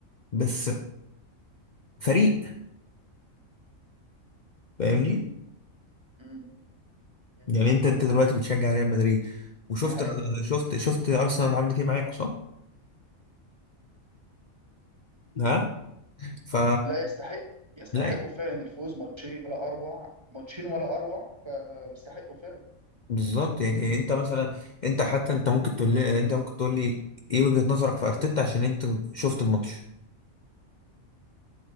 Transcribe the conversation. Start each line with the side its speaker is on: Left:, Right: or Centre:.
Left: بس فريق فاهمني
Right: امم امم
Left: يعني انت انت دلوقتي بتشجع ريال مدريد وشفت
Right: دي حقيقه
Left: شفت شفت ارسنال عملت ايه معاك صح ها ف
Right: لا يستحق يستحقوا
Left: لا
Right: فعلا الفوز ماتشين ولا اروع ماتشين ولا اروع فيستحقوا فعلا
Left: بالظبط يعني انت مثلا انت حتى انت ممكن تقول لي انت
Right: مم.
Left: ممكن تقول لي ايه وجهة نظرك في ارتيتا عشان انت شفت الماتش